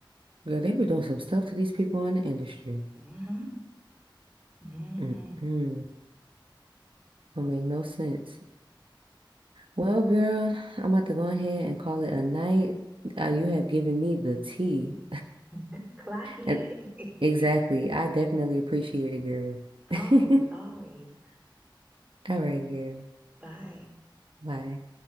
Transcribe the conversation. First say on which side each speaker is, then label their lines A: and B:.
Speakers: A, on the right; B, on the right.
A: Girl, they be doing some stuff to these people in the industry.
B: Mm-hmm. Mm-hmm.
A: Mm-mm. Don't make no sense. Well, girl, I'm about to go ahead and call it a night. Uh, you have given me the tea.
B: <laughs> Clock it.
A: And exactly. I definitely appreciate it,
B: <laughs> Always,
A: girl.
B: always.
A: <laughs> All right, girl.
B: Bye.
A: Bye.